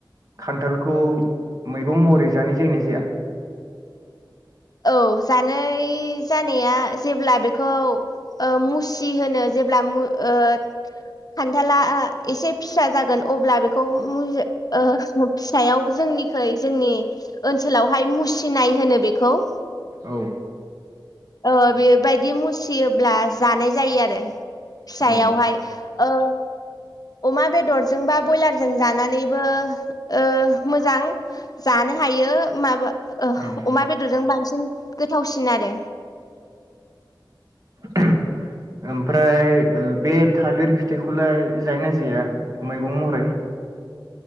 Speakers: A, on the right; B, on the left.
A: खान्थालखौ मैगं महरै जानाय जायोना जाया?
B: औ जानाय जानाया जेब्ला बेखौ ओ मुसि होनो जेब्ला मु ओ खान्थाला एसे फिसा जागोन अब्ला बेख खौ मुजि ओ। फिसायाव जोंनिखै जोंनि ओनसोलावहाय मुसिनाय होनो बेखौ <unintelligible>
A: औ
B: अ बे बायद बिदि मुसियोब्ला जानाय जायो आरो फिसायावहाय
A: औ
B: ओ। अमा बेदरजों बा बयलारजों जानानैबो ओ मोजां जानो हायो माबा ओ
A: उम
B: अमा बेदरजों बांसिन गोथावसिन आरो।
A: ओहो ओमफ्राय ओ बे थालिर फिथाइखौलाय जायना जाया मैगं महरै?